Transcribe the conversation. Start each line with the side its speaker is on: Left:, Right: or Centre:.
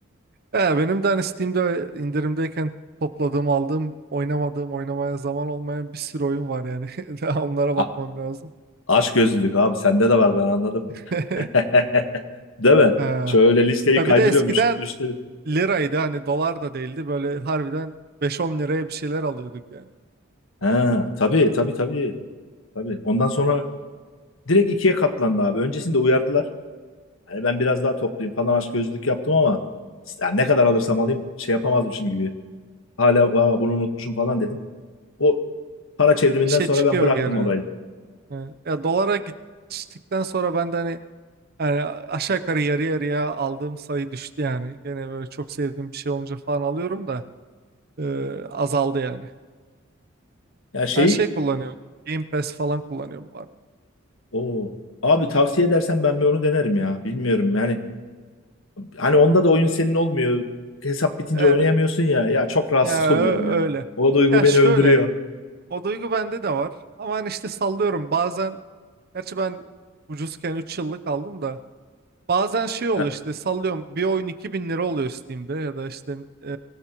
Right: He, benim de hani Steam'de indirimdeyken topladığım, aldığım, oynamadığım, oynamaya zaman olmayan bir sürü oyun var yani. <laughs> Daha Onlara
Left: A
Right: bakmam lazım.
Left: aç gözlülük abi sende de var ben anladım.
Right: <laughs>
Left: <laughs> Değil mi?
Right: He.
Left: Şöyle listeyi
Right: Ya
Left: kaydırıyorum
Right: bir de eskiden
Left: üst, üstte. bir-
Right: liraydı hani dolar da değildi böyle harbiden beş on liraya bir şeyler alıyorduk yani.
Left: Ha, tabii tabii tabii. Tabii. Ondan sonra direkt ikiye katlandı abi. Öncesinde uyardılar Hani ben biraz daha topluyum falan aşk gözlük yaptım ama yani ne kadar alırsam alayım şey yapamazdım şimdi gibi. Hala "Aa, bunu unutmuşum falan dedim. O para çevriminden
Right: Bir şey
Left: sonra
Right: çıkıyor
Left: ben bıraktım
Right: geriden
Left: olayı.
Right: hani. Evet. Ya dolara geçtikten sonra ben de hani, hani aşağı yukarı yarı yarıya aldığım sayı düştü yani. Gene böyle çok sevdiğim bir şey olunca falan alıyorum da e, azaldı yani.
Left: Ya şeyi
Right: Ben şey kullanıyorum. Game Pass falan kullanıyorum
Left: o abi tavsiye edersen ben bir onu denerim ya. Bilmiyorum yani hani onda da oyun senin olmuyor. Hesap bitince
Right: bari.
Left: oynayamıyorsun ya. Ya çok rahatsız
Right: Ya
Left: <laughs> oluyorum
Right: ö-
Left: ya.
Right: öyle.
Left: O duygu
Right: Ya
Left: beni
Right: şöyle
Left: öldürüyor.
Right: o duygu bende de var ama hani işte sallıyorum bazen gerçi ben ucuzken 3 yıllık aldım da bazen şey oluyor
Left: E-
Right: işte sallıyorum bir oyun 2000 lira oluyor Steam'de ya da işte e,